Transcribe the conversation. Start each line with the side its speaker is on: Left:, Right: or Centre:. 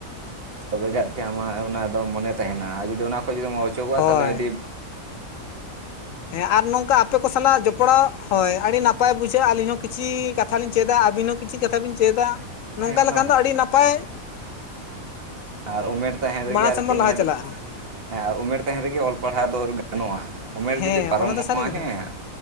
Right: ᱛᱚᱵᱮ ᱜᱮ ᱠᱤ ᱟᱢᱟᱜ ᱚᱱᱟ ᱫᱚ ᱢᱚᱱᱮ ᱛᱟᱦᱮᱱᱼᱟ ᱟᱨ ᱡᱩᱫᱤ ᱚᱱᱟ ᱠᱷᱚᱱ ᱡᱩᱫᱤᱢ ᱚᱪᱚᱜᱚᱜᱼᱟ
Left: ᱦᱳᱭ
Right: ᱛᱟᱦᱞᱮ ᱟᱹᱰᱤ
Left: ᱦᱮᱸ ᱟᱨ ᱱᱚᱝᱠᱟ ᱟᱯᱮ ᱠᱚ ᱥᱟᱞᱟᱜ ᱡᱚᱯ... ᱡᱚᱯᱲᱟᱣ ᱦᱳᱭ ᱟᱹᱰᱤ ᱱᱟᱯᱟᱭ ᱵᱩᱡᱷᱟᱹᱜᱼᱟ ᱟᱹᱞᱤᱧ ᱦᱚᱸ ᱠᱤᱪᱷᱤ ᱠᱟᱛᱷᱟ ᱞᱤᱧ ᱪᱮᱫᱟ ᱟᱹᱵᱤᱱ ᱦᱚᱸ ᱠᱤᱪᱷᱤ ᱠᱟᱛᱷᱟ ᱵᱤᱱ ᱪᱮᱫᱟ
Right: ᱦᱮᱸ
Left: ᱱᱚᱝᱠᱟ
Right: ᱚᱱᱟᱢᱟ
Left: ᱞᱮᱠᱷᱟᱱ
Right: ᱠᱟᱱᱟ
Left: ᱫᱚ ᱟᱹᱰᱤ ᱱᱟᱯᱟᱭ
Right: ᱟᱨ ᱩᱢᱮᱨ ᱛᱟᱦᱮᱱ ᱨᱮ
Left: ᱢᱟᱲᱟᱝ
Right: ᱜᱮ ᱟᱨᱠᱤ
Left: ᱥᱮᱱ ᱵᱚᱱ
Right: ᱱᱤᱭᱟᱹ
Left: ᱞᱟᱦᱟ ᱪᱟᱞᱟᱜᱼᱟ
Right: ᱫᱚ ᱦᱮᱸ ᱟᱨ ᱩᱢᱮᱨ ᱛᱟᱦᱮᱱ ᱨᱮᱜᱮ ᱚᱞ ᱯᱟᱲᱦᱟᱣ ᱫᱚ ᱜᱟᱱᱚᱜᱼᱟ ᱩᱢᱮᱨ
Left: ᱦᱮᱸ
Right: ᱡᱩᱫᱤ ᱯᱟᱨᱚᱢᱚᱜᱼᱟ
Left: ᱚᱱᱟ ᱫᱚ ᱥᱟᱹᱨᱤ ᱠᱟᱛᱷᱟ
Right: ᱦᱮᱸ